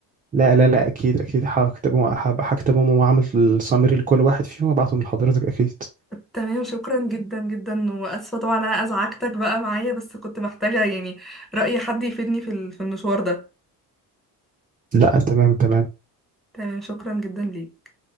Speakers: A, on the right; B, in the centre.
A: لا لا لا اكيد اكيد هكتبهم هب- هكتبهم واعمل السامري لكل واحد فيهم وابعتهم لحضرتك اكيد
B: <laughs> تمام شكرا جدا جدا واسفة طبعا انا ازعجتك بقى معايا بس كنت محتاجة يعني رأي حد يفيدني في ال- في المشوار ده
A: لا تمام تمام
B: تمام شكرا جدا ليك